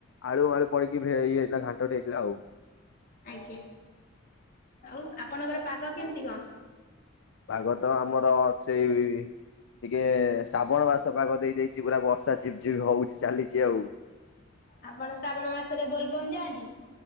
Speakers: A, on the left; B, on the left.
A: ଆଳୁ ଆଳୁ ପଡିକି ଭେ ଇଏ ହେଇଥିଲା ଘାଣ୍ଟଟେ ହେଇଥିଲା ଆଉ।
B: ଆଜ୍ଞା, ଆଉ ଆପଣଙ୍କର ପାଗ କେମିତି କଣ?
A: ପାଗ ତ ଆମର ଅଛି ଟିକେ ଶ୍ରାବଣ ମାସ ପାଗ ଦେଇଦେଇଛି ପୁରା ବର୍ଷା ଝିପଝିପ୍ ହଉଛି ଚାଲିଛି ଆଉ।
B: ଆପଣ ଶ୍ରାବଣ ମାସରେ ବୋଲବମ୍ ଯାଆନ୍ତି?